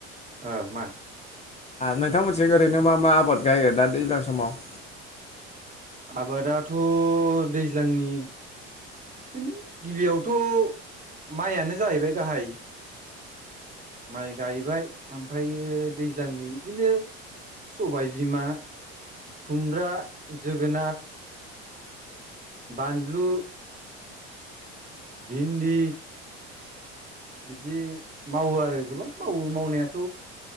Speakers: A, on the right; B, on the left.
A: ओ मा।
B: नोंथांमोनथिं ओरैनो मा मा आबाद गायो दा दैज्लां समाव
A: आबादाथ दैज्लांनि बिनो गिबियावथ माइयानो जाहैबाय गाहाय माइ गायबाय ओमफायो दैज्लांनि बिदिनो सबाय बिमा खुमब्रा जोगोनाथ बानलु भिन्दि बिदि मावो आरो गोबां मावो मावनायाथ